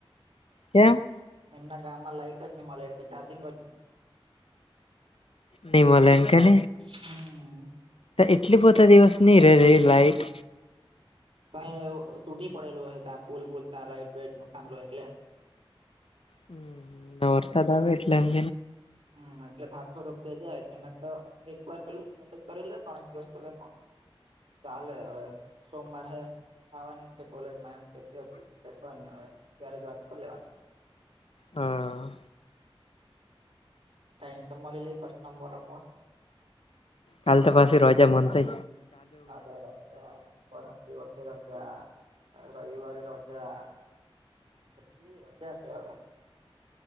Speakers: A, on the left; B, on the right.
A: હ્યામ
B: એમના ગામમાં લાઈટ જ નહી, મળે એટલે ચાર્જિંગ જ ન
A: નિમલ એનકે ન
B: હમ્મ
A: એટલી પોતા દિવસ નહી રે ર લાઈટ
B: કઈ એ તૂટી પડેલું હોય, ત પુલ બોલતા લાઈટ વેટ નું ખાંભલું એટલે
A: હમ ના વરસાદ આવે એટલે અંગ
B: હમ એટલે ભાથ રોપી જયા એટલે મેં તો એક વાર પેલું મેસેજ કરેલ હો પણ દિવસ પે ચાલે હવે સોમવારે હ આવવાની જ છે કોલેજમાં એમ કેતીેખવા હવે ત્યારે જ વાત પણ લેવાની
A: હા
B: ટાઈમ સંવા લ કસ્ટ્ટ બ રબ
A: કાલ તો પાછી રજા મનતા
B: કાલે રજા પરમ દિવસે રજા. રવિવારે રજા કેટલી રજા છે હવે.